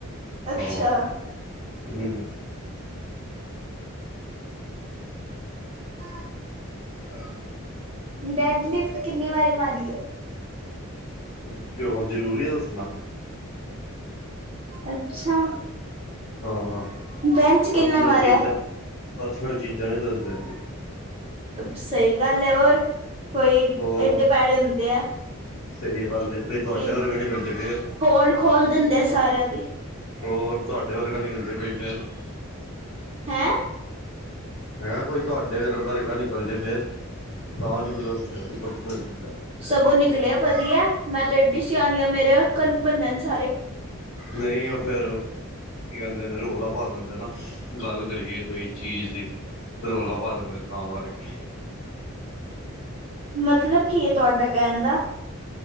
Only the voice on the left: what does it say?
ਹਾਂ। ਹੀ-
ਹਾਂ।
ਹਂ, ਕਿਉਂ ਜਰੂਰੀ ਐ ਦੱਸਣਾ।
ਹਾਂ, ਹਾਂ
ਪਰਸਨਲ
ਚੀਜ਼ਾਂ, ਪਰਸਨਲ ਚੀਜ਼ਾਂ ਨ੍ਹੀ ਦੱਸਦੇ।
ਹੋਰ
ਸਹੀ ਗੱਲ ਐ ਕੋਈ
ਤੁਆਡੇ ਵਰਗਾ ਨਿਕਲ ਜੇ ਫੇਰ।
ਹੋਰ ਤੁਆਡੇ ਵਰਗਾ ਨਿਕਲ ਜੇ ਕੋਈ ਫਿਰ।
ਹੈਗਾ ਕੋਈ ਤੁਹਾਡੇ ਅਰ ਵਰਗਾ ਨਿਕਲ ਜੇ ਫੇਰ ਤਾਂ ਨ੍ਹੀਂ ਕੋ ਦੱਸਦੇ <unintelligible>
ਨਈਂ ਉਹ ਫੇਰ ਕੀ ਕੈਂਦੇ ਨੇ ਰੌਲਾ ਪਾ ਦਿੰਦੇ ਨਾ, ਗੱਲ ਕਰੀਏ ਕੋਈ ਚੀਜ਼ ਦੀ। ਰੋਲਾ ਪਾ ਦੇਂਦੇ ਤਾਂ ਕਰਕੇ।